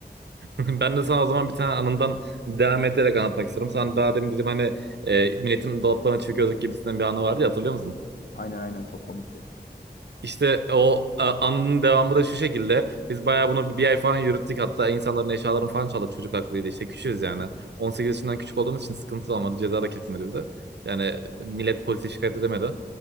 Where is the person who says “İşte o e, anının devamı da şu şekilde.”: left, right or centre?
Right